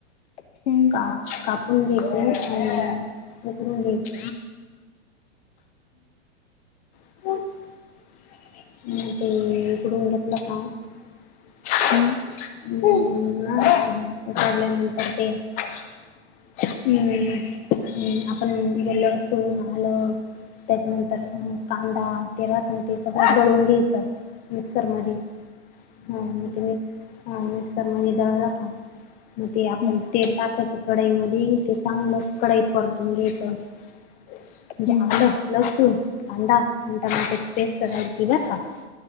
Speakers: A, on the left; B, on the left.
A: हम्म
B: का कापून घ्याच आणि हे करून घ्याच <unintelligible> <unintelligible>
A: हम्म.
B: <unintelligible> <unintelligible> त्याच्यानंतर कांदा <unintelligible> मिक्सरमध्ये <unintelligible>
A: हम्म
B: <unintelligible> <unintelligible>
A: हा हा हम्म हम्म हम्म हम्म हम्म हम्म हम्म हम्म